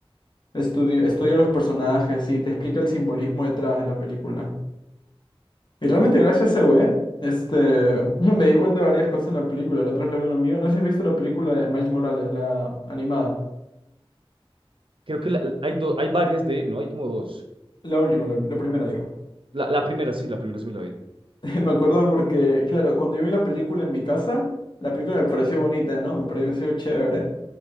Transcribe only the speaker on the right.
Creo que la- hay, do- hay varias de él, ¿no? Hay como dos.
La, la primera sí, la primera sí me la vi.